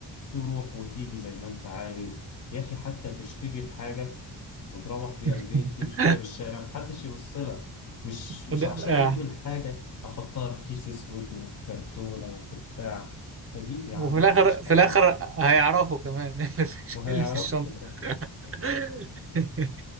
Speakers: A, on the left (about 45°); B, on the right (about 30°).
A: تروح وتيجي زي ما انت عايز يا اخي حتى تشتري الحاجة وتروح بيها
B: <laughs>
A: البيت تمشي بيها بالشارع محدش يوصلك مش مش
B: ده
A: عشان
B: آه.
A: اجيب الحاجة احطها في كيس اسود وفي كرتونة وفي بتاع اجيب يا عم
B: وفي الاخر
A: واعيش
B: في
A: حياتي
B: الاخر هيعرفوا كمان <laughs> إيه اللي في
A: وهيعرفوا
B: اللي في الشنطه
A: في الاخر
B: <laughs>